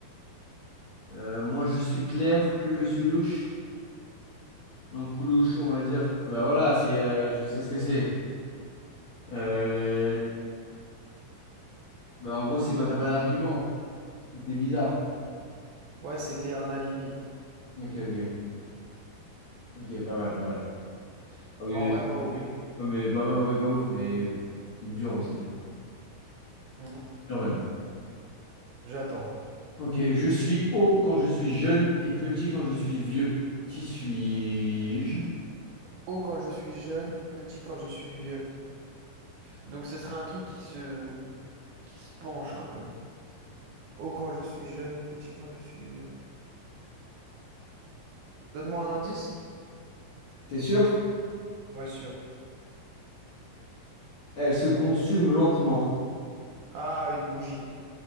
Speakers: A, on the left; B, on the right.
A: Euh, moins je suis clair, plus je suis louche. Donc louche, on va dire, que- bah voilà, c'est, euh, je sais ce que c'est. Euh, bah en gros, c'est quand t'as pas d'argument. Donc t'es bizarre.
B: Ouais, c'était un alibi.
A: Ok, ok, ok, pas mal, pas mal. Ah oui,
B: Ouais, en vrai, pas
A: c'est
B: ouf.
A: sûr. Ouais, mais pas mal, ouais, pas ouf, mais dur aussi,
B: Mhm.
A: dur même.
B: J'attends.
A: Ok, je suis haut quand je suis jeune et petit quand je suis vieux. Qui suis-je?
B: Haut quand je suis jeune, petit quand je suis vieux. Donc ce sera un truc qui se... qui se penche un peu. Haut quand je suis jeune, petit quand je suis vieux. Donne-moi un indice?
A: T'es sûr?
B: Ouais, sûr.
A: Elle se consume lentement.
B: Ah, une bougie.